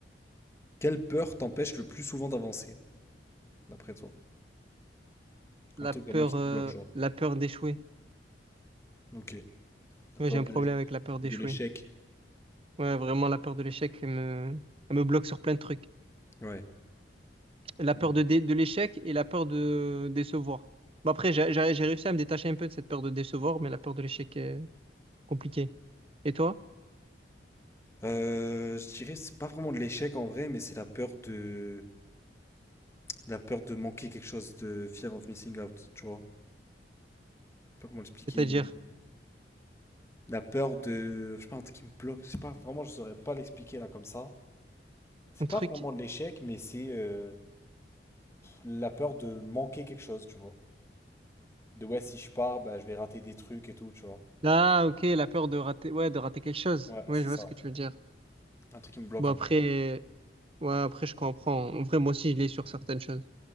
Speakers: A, on the left; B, on the right.
A: Quelle peur t'empêche le plus souvent d'avancer, d'après toi?
B: La
A: Un truc
B: peur,
A: vraiment qui
B: euh,
A: te bloque, genre.
B: la peur d'échouer.
A: OK. La
B: Ouais,
A: peur
B: j'ai un
A: de
B: problème
A: l'éch-
B: avec la peur d'échouer.
A: de l'échec.
B: Ouais, vraiment, la peur de l'échec, elle me, elle me bloque sur plein de trucs.
A: Ouais,
B: La
A: pas
B: peur
A: mal.
B: de, dé- de l'échec et la peur de décevoir. Bon, après, j'ai j'ai- j'ai réussi à me détacher un peu de cette peur de décevoir, mais la peur de l'échec est compliquée. Et toi?
A: Euh, je dirais, c'est pas vraiment de l'échec en vrai, mais c'est la peur de... la peur de manquer quelque chose, de fear of missing out, tu vois? Je sais pas comment l'expliquer,
B: C'est-à-dire,
A: mais... La peur de. Je sais pas, un truc qui me bloque. Je sais pas, vraiment, je saurais pas l'expliquer là comme ça. C'est
B: un truc.
A: pas vraiment de l'échec, mais c'est euh, la peur de manquer quelque chose, tu vois. De ouais, si je pars, bah, je vais rater des trucs et tout, tu vois.
B: Ah, ok, la peur de rater, ouais, de rater quelque chose.
A: Ouais,
B: Ouais,
A: c'est
B: je
A: ça.
B: vois ce que tu veux dire.
A: Un truc qui me bloque
B: Bon,
A: un
B: après,
A: peu.
B: ouais, après, je comprends. En vrai, moi aussi, je l'ai sur certaines choses.